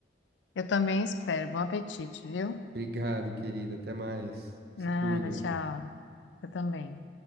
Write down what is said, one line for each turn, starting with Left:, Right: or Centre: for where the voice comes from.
Left: Eu também espero. Bom apetite, viu?
Right: Obrigado, querida. Até mais. Se
Left: Nada,
Right: cuida.
Left: tchau. Eu também.